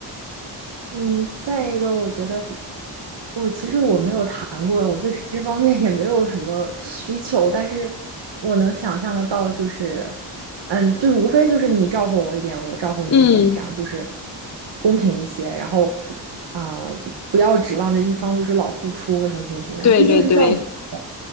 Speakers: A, on the right; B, on the left.
A: 嗯，再一个，我觉得我其实我没有谈过，我对这方面也没有什么需求，但是我能想象得到，就是，嗯，就是无非就是你照顾我一点，我照顾你一点，
B: 嗯。
A: 这样就是公平一些，然后啊、不要指望着一方就是老付出什么怎么怎么样，
B: 对对对，
A: 毕竟是需要磨合的。